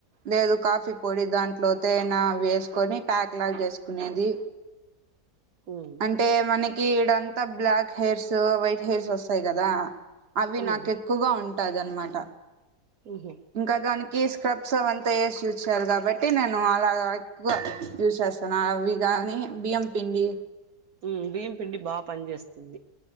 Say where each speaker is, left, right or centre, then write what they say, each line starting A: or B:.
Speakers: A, on the right; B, on the right.
A: లేదు కాఫీ పొడి దాంట్లో లో తేనా వేసుకొని ప్యాక్ లాగా చేసుకునేది
B: ఉమ్
A: అంటే మనక్ ఇడ అంతా బ్లాక్ హెయిర్స్ వైట్ హెయిర్స్ వస్తాయి కదా అవి
B: ఉమ్ ఉమ్
A: నాకు ఎక్కువగా ఉన్ టాజనుమాట
B: ఉహు
A: ఇంకా దానిక్ ఈ స్క్రబ్స్ అవంతా ఏసి యూజ్ చేయాలి కాబట్టి నేను అలాగా ఎక్కువ యూజ్ చేస్తాను అవి కానీ బియ్యం పిండి
B: హ్ బియ్యంపిండి బాగా పని చేస్తుంది